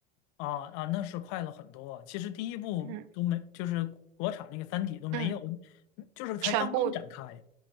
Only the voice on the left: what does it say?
啊啊，那是快了很多。其实第一部都没，
就是国产那个《三体》都没有，
就是才刚刚展开。